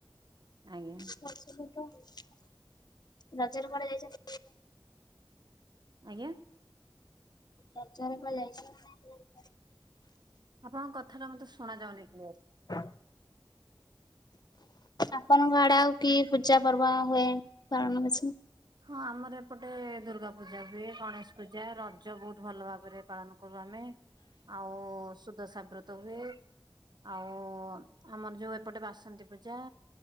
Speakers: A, on the right; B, on the left.
A: ଆଜ୍ଞା।
B: ରଜରେ କୁଆଡେ ଯାଇଛନ୍ତି?
A: ଆଜ୍ଞା।
B: ରଜରେ କୁଆ <inaudible>
A: ଆପଣଙ୍କ କଥା ଟା ମତେ ଶୁଣା ଯାଉନି କ୍ଲିୟର।
B: ହଁ ଆପଣଙ୍କ ଆଡେ ଆଉ କି ପୂଜା ପର୍ବ ହୁଏ ପାଳନ ବେଶି?
A: ହଁ ଆମର ଏପଟେ ଦୁର୍ଗା ପୂଜା ହୁଏ ଗଣେଶ ପୂଜା ରଜ ବହୁତ ଭଲ ଭାବରେ ପାଳନ କରୁ ଆମେ ଆଉ ସୁଧସା ବ୍ରତ ହୁଏ। ଆଉ ଆମର ଯୋଉ ଏପଟେ ବାସନ୍ତୀ ପୂଜା।